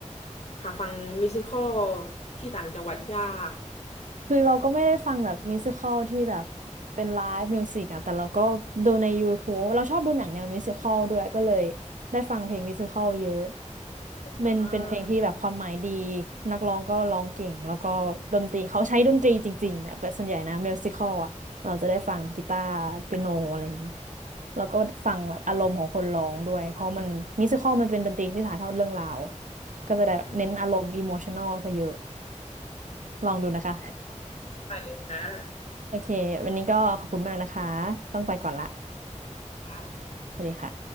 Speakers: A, on the left; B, on the right.
A: หาฟังมิวสิคอลที่ต่างจังหวัดยาก
B: คือเราก็ไม่ได้ฟังแบบมิวสิคอลที่แบบเป็นไลฟ์มิวสิกอะแต่เราก็ดูใน YouTube เราชอบดูหนังแนวมิวสิคอลด้วยก็เลยได้ฟังเพลงมิวสิคอลเยอะ
A: อ่
B: เป็นเป็นเพลงที่แบบความหมายดี
A: า
B: นักร้องก็ร้องเก่งแล้วก็ดนตรีเขาใช้ดนตรีจริงๆนะแบบส่วนใหญ่นะมิวสิคอลอะเราจะได้ฟังกีตาร์เปียโนอะไรอย่างนี้แล้วก็ฟังแบบอารมณ์ของคนร้องด้วยเพราะมันมิวสิคอลมันเป็นดนตรีที่ถ่ายทอดเรื่องราวก็จะได้เน้นอารมณ์อิโมชันอลซะเยอะ
A: อืม
B: ลองดูนะคะ
A: ไปเลยจ้า
B: โอเควันนี้ก็ขอบคุณมากนะคะต้องไปก่อนละ
A: ค่ะ
B: สวัสดีค่ะ